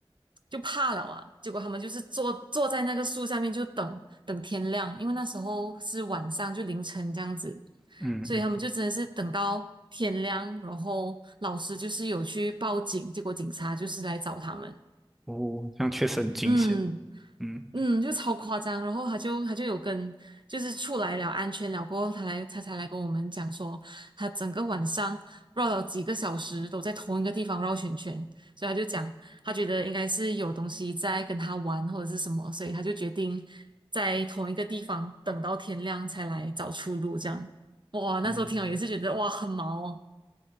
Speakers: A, on the right; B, in the centre.
A: 就怕了啊！结果他们就是坐坐在那个树下面，就等等天亮，因为那时候是晚上，就凌晨这样子。
B: 嗯嗯，
A: 所以他们就真的是等到天亮，然后老师就是有去报警，结果警察就是来找他们，
B: 哦，这样确实很惊险。
A: 嗯
B: 嗯
A: 嗯，就超夸张。然后他就他就有跟，就是出来了安全了过后，他来他才来跟我们讲说，他整个晚上绕了几个小时都在同一个地方绕圈圈，所以他就讲他觉得应该是有东西在跟他玩或者是什么，所以他就决定在同一个地方等到天亮才来找出路。这样，哇，那时候听了也是觉得哇很毛哦，
B: 嗯。